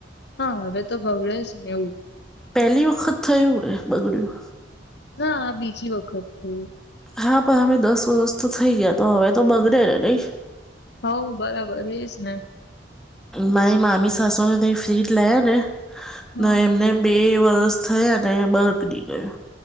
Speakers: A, on the left; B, in the centre.
A: હા હવે તો બગડે જ એવું.
B: પહેલી વખત થયું ને બગડ્યું.
A: ના બીજી વખત થઈ.
B: હા પણ હમે દસ વર્ષ તો થઈ ગયા તો હવે તો બગડ ને નહીં.
A: હઉ બરાબર એજ ને.
B: મારી માામી સાસુને ત ફ્રીજ લયા ને
A: હા.
B: ન એમને બે વરસ થયા અને બળગડી ગયું.